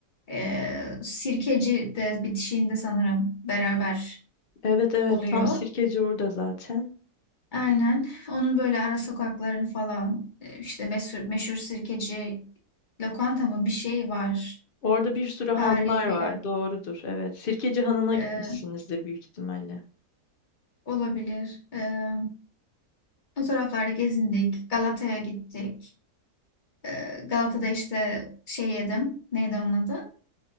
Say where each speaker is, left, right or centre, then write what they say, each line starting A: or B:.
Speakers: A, on the left; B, on the left.
A: E, Sirkeci de bitişiğinde sanırım beraber
B: Evet evet
A: oluyor.
B: tam Sirkeci orada zaten.
A: Aynen. Onun böyle ara sokaklarını falan e, işte meşhur, meşhur Sirkeci lokanta mı bir şey var.
B: Orada bir sürü hanlar
A: Tarihi
B: var.
A: bir yer
B: Doğrudur. Evet. Sirkeci Hanı'na
A: e,
B: gitmişsinizdir büyük ihtimalle.
A: olabilir. E, o taraflarda gezindik. Galata'ya gittik. Ee, Galata'da işte şey yedim. Neydi onun adı?